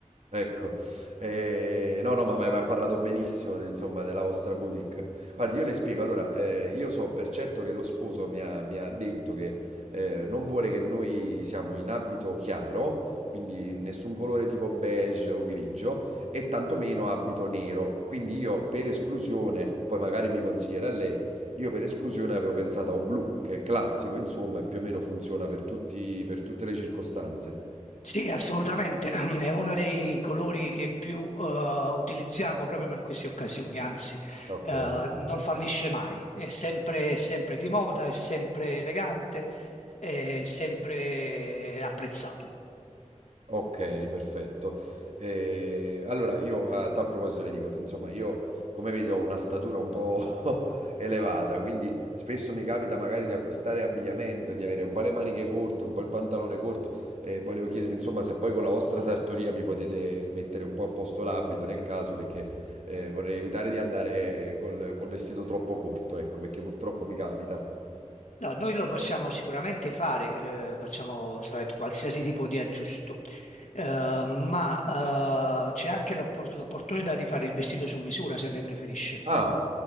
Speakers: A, on the right (about 65°); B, on the left (about 80°).
A: ecco. Ehm, no, no, ma m'ha m'ha parlato benissimo de insomma della vostra boutique. Guardi, io le spiego, allora, ehm, io so per certo che lo sposo mi ha mi ha detto che, ehm, non vuole che noi siamo in abito chiaro, quindi nessun colore tipo beige o grigio, e tantomeno abito nero. Quindi io per esclusione, poi magari mi consiglierà lei, io per esclusione avevo pensato a un blu, che è classico insomma e più o meno funziona per tutti per tutte le circostanze.
B: Sì, assolutamente, <clears throat> è uno dei colori che più eh, utilizziamo proprio per queste occasioni, anzi,
A: Okay.
B: eh, non fallisce mai, è sempre, è sempre di moda, è sempre elegante, è sempre apprezzato.
A: Okay, perfetto. Ehm, allora io a tal proposito le dico, insomma io come vedi ho una statura un po' <laughs> elevata, quindi spesso mi capita magari di acquistare abbigliamento e di avere un po' le maniche corte, un po' il pantalone corto e volevo chiedere insomma se poi con la vostra sartoria mi potete mettere un po' a posto l'abito nel caso perché, ehm, vorrei evitare di andare col col vestito troppo corto, ecco, perché purtroppo mi capita.
B: No, noi lo possiamo sicuramente fare, eh, possiamo fare qualsiasi tipo di aggiusto, Eh, ma eh, c'è anche l'oppor- l'opportunità di fare il vestito su misura se lei preferisce.
A: Ah!